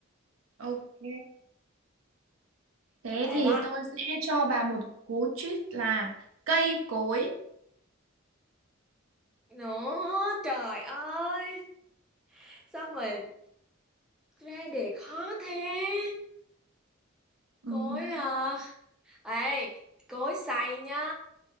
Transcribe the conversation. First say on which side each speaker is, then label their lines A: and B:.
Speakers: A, on the right; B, in the centre.
A: ok Thế
B: Các bạn
A: thì
B: đó.
A: tôi sẽ cho bà một cú tweet là cây cối.
B: Nữa, trời ơi, sao mình ra đề khó thế?
A: Ừm.
B: Cối, à ê, cối xay nhá.